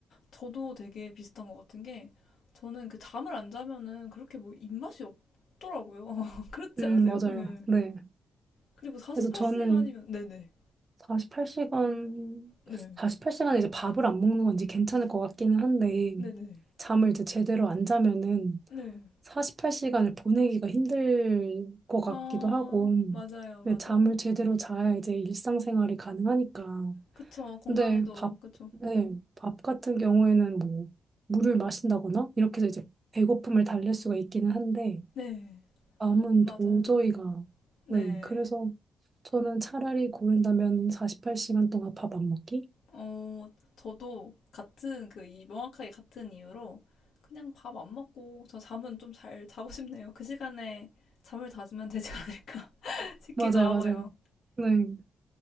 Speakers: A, on the left; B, on the right.
A: 저도 되게 비슷한 것 같은 게, 저는 그 잠을 안 자면은 그렇게 뭐 입맛이 없더라고요. <laughs> 그렇지
B: 음,
A: 않으세요?
B: 맞아요.
A: 네.
B: 네.
A: 그리고 48시간이면,
B: 그래서 저는
A: 네네.
B: 48시간,
A: 네. 네네.
B: 48시간에 이제 밥을 안 먹는 건지 괜찮을 것 같기는 한데,
A: 네. 네, 네.
B: 잠을 이제 제대로 안 자면은
A: 네.
B: 48시간을 보내기가 힘들 것 같기도
A: 아,
B: 하고,
A: 맞아요,
B: 근데
A: 맞아요.
B: 잠을 제대로 자야 이제 일상생활이 가능하니까.
A: 그쵸, 건강에도,
B: 근데 밥,
A: 그쵸.
B: 네, 밥 같은 경우에는 뭐, 물을 마신다거나, 이렇게 해서 이제 배고픔을 달랠 수가 있기는 한데,
A: 네.
B: 암은
A: 맞아요.
B: 도저히가.
A: 네.
B: 네, 그래서 저는 차라리 고른다면 48시간 동안 밥 안 먹기?
A: 어, 저도 같은 그 이 명확하게 같은 이유로 그냥 밥 안 먹고 저 잠은 좀 잘 자고 싶네요. 그 시간에 잠을 자주면 되지 않을까 <laughs> 싶기도
B: 맞아요,
A: 하고요.
B: 맞아요. 네.